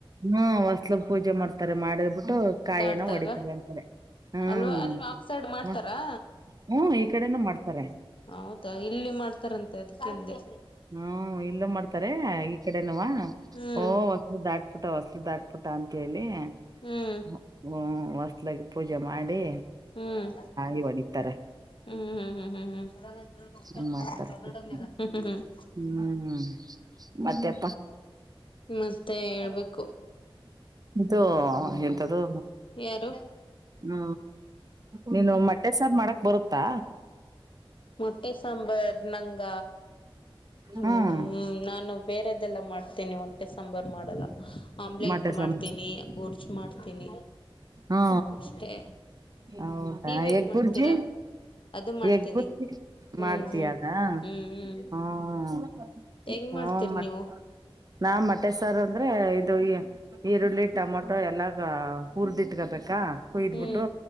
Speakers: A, on the right; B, on the left.
A: ಹ್ಮ ಹೊಸಲಬ್ ಪೂಜೆ ಮಾಡ್ತಾರೆ ಮಾಡಿದ್ ಬಿಿಟ್ಟು ಕಾಯ
B: ದಾಟ್ದಾಗ
A: ಹೊಡ ಅರೆ ಹ್ಮ್ಮ
B: ಅಲ್ವಾ ಅಲ್ಲಿ ಆ ಸೈಡ್ ಮಾಡ್ತಾರಾ
A: ಈ ಮಾಡ್ತಾರೆ
B: ಹೌದಾ ಇಲ್ಲಿ ಮಾಡ್ತಾರಂತೆ ಅದಕ್ಕೆ ಅಂದೆ
A: <inaudible> ಹಾ ಇಲ್ಲ ಮಾಡ್ತಾರೆ ಈ ಕಡೆನುವಾ
B: ಹ್ಮ್
A: ಓಹ ಹೊಸಲು ದಾಟಪಿಟ ಹೊಸಲು ದಾಟ್ಪಿಟ ಅಂತ ಹೇಳಿ
B: ಹ್ಮ್
A: ಹ ಹೊಸ್ ಮತ್ಲ ಪೂಜೆ ಮಾಡಿ
B: ಹ್ಮ್
A: ಇ ಹೊಡತಾರೆ
B: ಹ್ಮ್ ಹ್ಮ ಹ್ಮ್ ಹ್ಮ್
A: ಹಂಗ್
B: ಹ್ಮ
A: ಮಾಡ್ತಾರೆ ಪೂಜೆ
B: ಹ್ಮ್ ಹ್ಮ ಹ್ಮ
A: ಹ್ಮ್ ಮತ್ತೆಪ್ಪ
B: ಮ ಹೇಳ್ಬೇಕು
A: <unintelligible> ಎಂತ್ದು
B: ಯಾರು
A: ಹ್ಮ ನೀನು ಮೊಟ್ಟೆ ಸಾರ್ ಮಾಡಕ್ ಬರುತ್ತಾ
B: ಮೊಟ್ಟೆ ಸಾಂಬಾರ್ ನಂಗ ಹ್ಮ
A: ಹ್ಮ್
B: ನಾನು ಬೇರೆ ಇದೆಲ್ಲ ಮಾಡ್ತೇನೆ ಹೊಟ್ಟೆ ಸಾಂಬಾರಾರ್ ಮಾಡಲ್ಲ ಆಮ್ಲೆಟ್
A: ಮೊಟ್ಟೆ
B: ಮಾಡ್ತೀನಿ
A: ಸಾರ್
B: ಗೋರ್ಜು ಮಾಡ್ತೀನಿ
A: ಹಾ
B: ಅಷ್ಟೇ
A: ಹೌದಾ
B: ನೀವ್ ಹೆಂಗ್
A: ಎಗ್
B: ಮಾಡ್ತೀರಾ
A: ಬುರ್ಜಿ
B: ಅದು ಮಾಡ್ತೀನಿ
A: ಹೆಬ್ಬುರ್ಜಿ
B: ಹ್ಮ್
A: ಮಾಡ್ತಯದ
B: ಹ್ಮ್ ಹ್ಮ್ ಹ್ಮ್
A: ಹ್ಮ
B: ಹೆಂಗ್
A: ಹ್ಮ
B: ಮಾಡ್ತೀರಿ
A: ಮ
B: ನೀವು
A: ನಾ ಮಠೇಶ ಸರ್ ಅಂದ್ರೆ ಇದು ಈರುಳ್ಳಿ ಟೊಮೊಟೊ ಎಲ್ಲ ಹುರ್ದಿಟ್ಕಬೇಕಾ ಕುಯ್ದ್ಬಿಟ್ಟು
B: ಹ್ಮ್